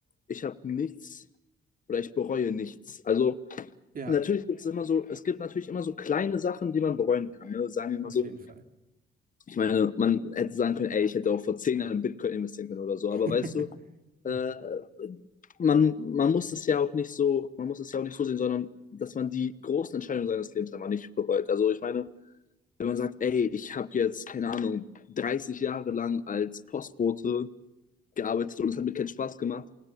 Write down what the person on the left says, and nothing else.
ich habe nichts oder ich bereue nichts. Also
Natürlich gibt es immer so, es gibt natürlich immer so kleine Sachen, die man bereuen kann. Ne? Sagen wir
mal so,
ich meine, man hätte sagen können, ey, ich hätte auch vor zehn Jahren in Bitcoin investieren können oder so,
aber weißt du,
äh, man, man muss es ja auch nicht so, man muss es ja auch nicht so sehen, sondern dass man die großen Entscheidungen seines Lebens einfach nicht bereut. Also ich meine, wenn man sagt, ey, ich habe jetzt, keine Ahnung, 30 Jahre lang als Postbote gearbeitet und es hat mir keinen Spaß gemacht,